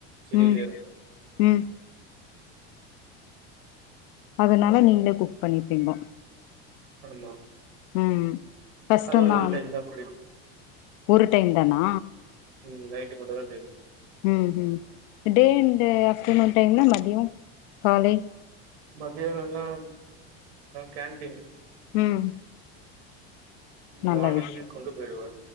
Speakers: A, on the right; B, on the left.
A: சிட்டியிலயே
B: ம்
A: இருக்கேன்.
B: ம் அதனால நீங்ளே குக் பண்ணிப்பீங்கோ
A: அப்படியா
B: ம் கஷ்டந்தா
A: அதுவு ஒன் டைம் தா குளிப்
B: ஒரு டைம் தனா
A: ம் நைட்டு மட்டு தா செய்வோ
B: ம் ம் டே அண்டு ஆஃப்டர்நூன் டைம்ல மதியோ காலை
A: மதியானோல்லா கேன்ட்டீன்
B: ம் நல்ல
A: மானிங்கே
B: விஷயோ
A: கொண்டு போயிடுவ